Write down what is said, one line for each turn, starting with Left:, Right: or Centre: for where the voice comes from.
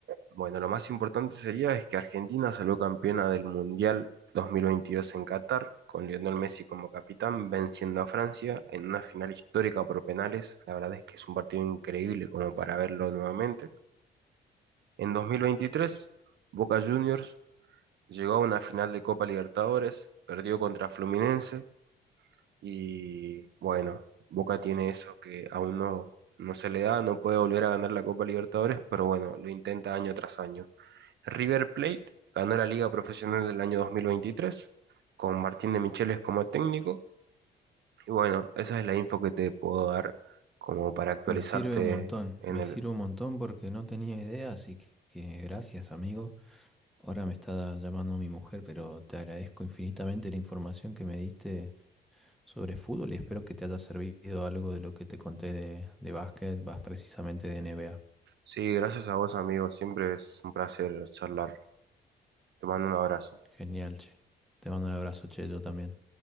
Right: Bueno, lo más importante sería es que Argentina salió campeona del Mundial 2022 en Qatar, con Lionel Messi como capitán, venciendo a Francia en una final histórica por penales. La verdad es que es un partido increíble como para verlo nuevamente. En 2023, Boca Juniors llegó a una final de Copa Libertadores, perdió contra Fluminense y bueno, Boca tiene eso que aún no, no se le da, no puede volver a ganar la Copa Libertadores, pero bueno, lo intenta año tras año. River Plate ganó la Liga Profesional del año 2023 con Martín de Micheles como técnico. Y bueno, esa es la info que te puedo dar como para actualizarte
Centre: Me sirve un montón,
Right: en
Centre: me
Right: el...
Centre: sirve un montón porque no tenía idea, así que, que gracias amigo. Ahora me está llamando mi mujer, pero te agradezco infinitamente la información que me diste sobre fútbol y espero que te haya servido algo de lo que te conté de, de básquet, más precisamente de NBA.
Right: Sí, gracias a vos, amigo. Siempre es un placer charlar. Te mando un abrazo.
Centre: Genial, che. Te mando un abrazo, che, yo también.